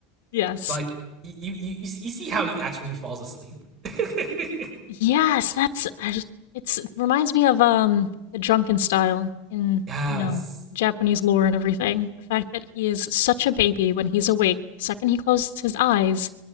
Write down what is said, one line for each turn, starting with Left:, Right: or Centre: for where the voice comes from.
Left: Yes.
Right: Like you you, you you see how he acts when he falls asleep. <laughs>
Left: Yes, that's I just- it's it reminds me of um the drunken style in,
Right: yes,
Left: you know, Japanese lore and everything. The fact that he is such a baby when he's awake, the second he closes his eyes,